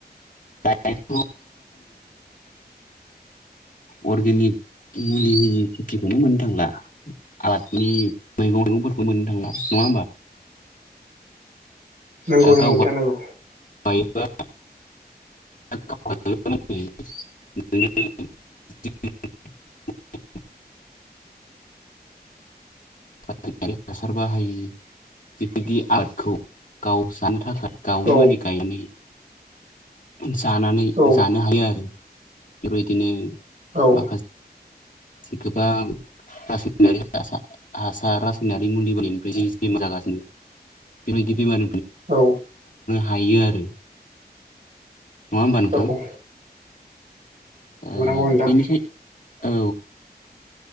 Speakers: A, on the left; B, on the right.
A: <unintelligible> अर्गेनिक मुलि होयि खेथिखौनो मोननो थांला आबादनि मैगं मैगंफोरखौ मोननो थांला नङा होमबा
B: नंगौ
A: दा
B: नंगौ
A: गाव
B: नोंथां
A: गाव
B: नंगौ
A: <unintelligible> <unintelligible> <unintelligible> हासार बाहायि बेबायदि आरटखौ गाव जानो थाखाय गाव <unintelligible>
B: औ
A: जानानै
B: औ
A: जानो हायो आरो बेबायदिनो
B: औ
A: माखासे गोबां रासायनारि हासार रासायनारि मुलि बायनिफ्राय बेमार जागोन। बेबायदि बेमार
B: औ
A: हायो आरो नङा होमबा नोंथां
B: औ
A: अ
B: नंगौ नोंथां
A: बेनिखाय औ